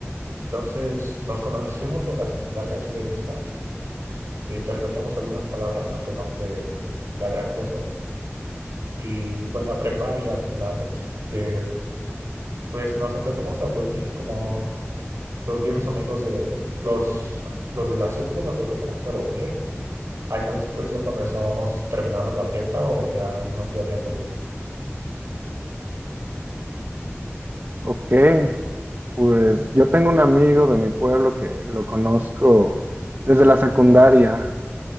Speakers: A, on the right; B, on the right.
A: Entonces, nos conocimos en la secundaria así de vista, e intercambiamos algunas palabras, aunque no fue la gran cosa. Y fue en la prepa ya finales que pues nos empezamos a reunir como los viejos amigos de los, los de la secu, nos empezamos a reunir años después, ya cuando estábamos terminando la prepa o ya unos ya habían salido.
B: Ok, pues
A: Mm,
B: yo tengo un amigo de mi pueblo que lo conozco desde la secundaria